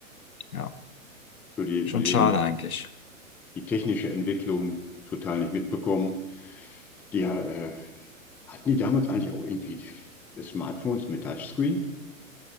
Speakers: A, on the left; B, in the centre.
A: Ja,
B: So die,
A: schon
B: die,
A: schade eigentlich.
B: die technische Entwicklung total nicht mitbekommen. Die, äh, hatten die damals eigentlich auch irgendwie Smartphones mit Touchscreen?